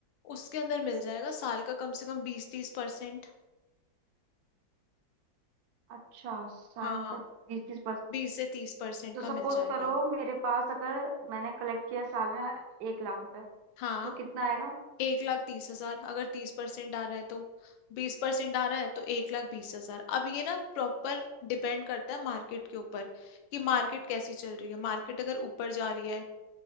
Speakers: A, on the left; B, on the right.
A: उसके अंदर मिल जाएगा साल का कम से कम बीस तीस परसेंट
B: अच्छा साल
A: हाँ
B: का बीस तीस परसेंट
A: बीस से तीस परसेंट
B: तो
A: का
B: सपोज
A: मिल जाएगा
B: करो मेरे पास अगर मैंने कलेक्ट किया साल में एक लाख रुपए
A: हाँ
B: तो कितना आएगा
A: एक लाख तीस हजार अगर तीस परसेंट आ रहा है तो बीस परसेंट आ रहा है तो एक लाख बीस हजार अब ये ना प्रॉपर डिपेंड करता है मार्केट के ऊपर कि मार्केट कैसी चल रही है मार्केट अगर ऊपर जा रही है